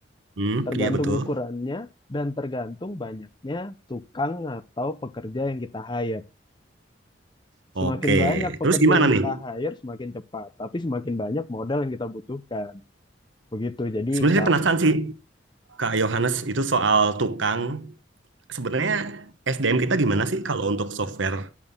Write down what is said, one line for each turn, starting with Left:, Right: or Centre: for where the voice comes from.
Right: Mm,
Left: Tergantung
Right: iya betul.
Left: ukurannya dan tergantung banyaknya tukang atau pekerja yang kita hire.
Right: Oke,
Left: Semakin banyak pekerja
Right: terus gimana
Left: yang kita
Right: nih?
Left: hire, semakin cepat. Tapi semakin banyak modal yang kita butuhkan. Begitu. Jadi
Right: Sebenarnya
Left: kalau
Right: saya penasaran sih Kak Yohanes itu soal tukang. Sebenarnya SDM kita gimana sih kalau untuk software